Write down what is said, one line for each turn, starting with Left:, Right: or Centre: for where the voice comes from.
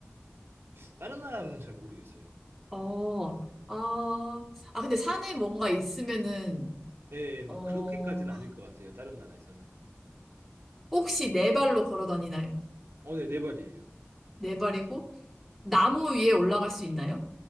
Right: 다른 나라는 잘 모르겠어요.
Centre: 어, 아, 아, 근데 산에 뭔가 있으면은,
Right: 예, 예, 막
Centre: 어,
Right: 그렇게까지는 아닐 것 같아요. 다른 나라에서는.
Centre: 혹시 네 발로 걸어 다니나요?
Right: 어, 네, 네 발이에요.
Centre: 네 발이고, 나무 위에 올라갈 수 있나요?